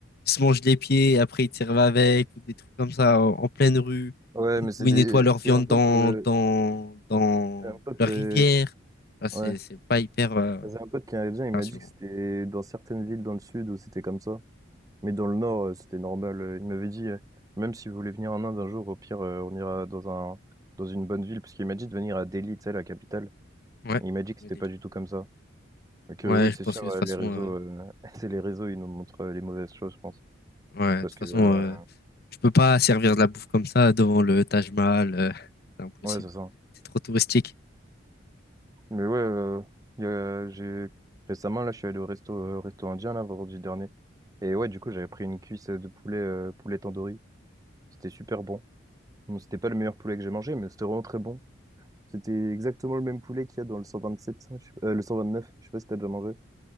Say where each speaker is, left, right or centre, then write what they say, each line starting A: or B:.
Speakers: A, on the left; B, on the right.
A: ils se mangent les pieds et après ils te servent avec ou des trucs comme ça en, en pleine rue
B: Ouais,
A: ils-
B: mais c'est
A: où ils
B: des...
A: nettoient leur viande
B: J'ai un pote,
A: dans
B: euh,
A: dans dans
B: j'ai un pote,
A: leur rivière.
B: euh, qui...
A: Ah, c'est
B: ouais.
A: c'est pas hyper euh,
B: J'ai un pote qui est indien, il
A: rassurant.
B: m'a dit que c'était dans certaines villes dans le sud où c'était comme ça. Mais dans le nord, euh, c'était normal. Euh, Il m'avait dit, euh, même si vous voulez venir en Inde un jour, au pire, euh, on ira dans un... dans une bonne ville. Parce qu'il m'a dit de venir à Delhi, tu sais, la capitale.
A: Ouais.
B: Et il m'a dit que
A: le
B: c'était
A: délire.
B: pas du tout comme ça. Et que
A: Ouais,
B: oui,
A: je
B: c'est
A: pense
B: sûr,
A: que de
B: euh,
A: toute façon
B: les réseaux,
A: euh,
B: euh, <laughs> c'est les réseaux, ils nous montrent euh, les mauvaises choses, je pense.
A: ouais,
B: Parce
A: de toute
B: que,
A: façon
B: euh,
A: euh, je peux pas servir de la bouffe comme ça devant le Taj Mahal, euh, <laughs> c'est impossible.
B: ouais, c'est ça.
A: C'est trop touristique.
B: Mais ouais, euh, y a- j'ai récemment là, je suis allé au resto, euh, resto indien là vendredi dernier. Et ouais, du coup, j'avais pris une cuisse de poulet, euh, poulet tandoori. C'était super bon. Bon, c'était pas le meilleur poulet que j'ai mangé, mais c'était vraiment très bon. C'était exactement le même poulet qu'il y a dans le 127, ça, je sais pas- euh, le 129. Je sais pas si t'as déjà mangé.